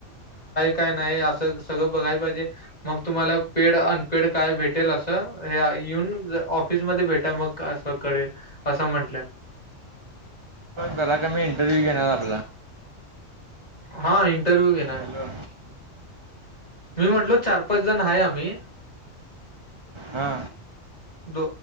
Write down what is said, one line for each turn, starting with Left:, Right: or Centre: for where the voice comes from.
Left: का नाही अस सगळं बघा पाजे मग तुम्हालाड काय भेटेल अस येन ऑफिसमध्ये भेट मग अस करल अस म्ह म्ह
Right: बरा का मी इंटरव्ह्यू घेणार आपला
Left: हा इंटरव्ह्यू घेणार
Right: हॅलो
Left: मी म्हटलो चार पाच जण आहे आम्ही
Right: हा
Left: दो